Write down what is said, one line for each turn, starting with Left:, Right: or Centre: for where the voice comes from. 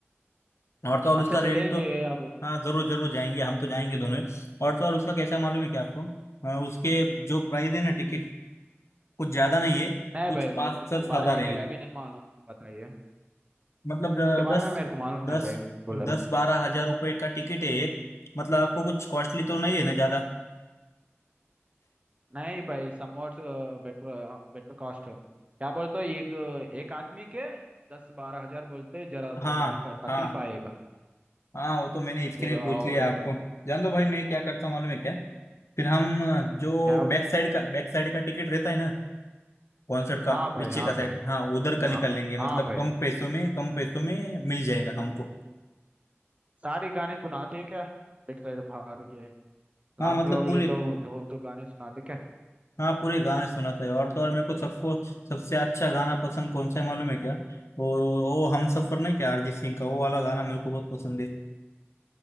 Left: और तो और उसका
Right: अच्छा
Left: रेंट
Right: चलेंगे
Left: तो
Right: आप
Left: हाँ जरूर जरूर जाएंगे हम तो
Right: बोलिए
Left: जाएंगे
Right: भाई।
Left: दोनों और तो और उसका कैसा मालूम है क्या आपको हाँ, उसके जो प्राइस है ना टिकट कुछ ज्यादा नहीं है
Right: नहीं
Left: कुछ
Right: भाई
Left: पाँच
Right: मेरे को उसके
Left: सात हजार
Right: बारे में
Left: है
Right: क्या भी नहीं मालूम तुम बताइए
Left: मतलब अ,
Right: उसके बारे
Left: दस
Right: में मेरे को मालूम
Left: दस
Right: नहीं भाई बोला
Left: दस
Right: बस
Left: बारह हजार रुपए का टिकट है एक मतलब आपको कुछ कॉस्टली तो नहीं है ना ज्यादा
Right: नहीं भाई समवॉट बेटर बेटर कॉस्ट क्या बोलते हो एक एक आदमी के दस बारह हजार बोलते हैं, जरा
Left: हाँ
Right: थोड़ा भी क- तकलीफ
Left: हाँ
Right: आएगा
Left: हाँ वो तो मैंने इसके
Right: फिर
Left: लिए
Right: और
Left: पूछ लिया
Right: अ,
Left: आपको जान दो भाई मैं क्या करता हूँ मालूम है क्या फिर हम अ, जो
Right: क्या
Left: बैक साइड का बैक साइड का टिकट रहता है ना कॉन्सर्ट का
Right: हाँ भाई
Left: पीछे
Right: हाँ
Left: का साइड
Right: भाई
Left: हाँ उधर का निकाल
Right: हाँ
Left: लेंगे मतलब
Right: हाँ भाई
Left: कम पैसों में कम पैसों में मिल जाएगा हमको
Right: सारे गाने सुनाते हैं क्या पेट साइड बाहर के लास्ट
Left: हाँ मतलब
Right: लोग
Left: पूरे
Right: लिए तो बहुत गाने सुनाते क्या
Left: हाँ पूरे गाना सुना था और तो और मेरे को सबको सबसे अच्छा गाना पसंद कौन सा है मालूम है क्या वो वो हम सफर नहीं क्या अरिजीत सिंह का वो वाला गाना मेरे को बहुत पसंद है